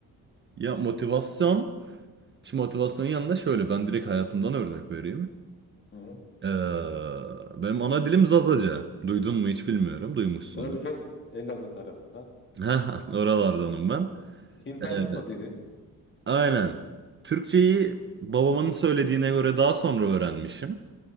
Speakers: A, on the right; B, on the left.
A: Ya motivasyon, Şimdi motivasyonun yanında şöyle ben direkt hayatımdan örnek vereyim.
B: Hı.
A: Ee, benim ana dilim Zazaca. Duydun mu hiç bilmiyorum. Duymuşsundur.
B: Tabii canım.
A: <laughs>
B: Elazığ tarafından.
A: Ha, Oralardanım ben.
B: Hint
A: Ee,
B: Avrupa dili.
A: aynen. Türkçeyi babamın söylediğine göre daha sonra öğrenmişim.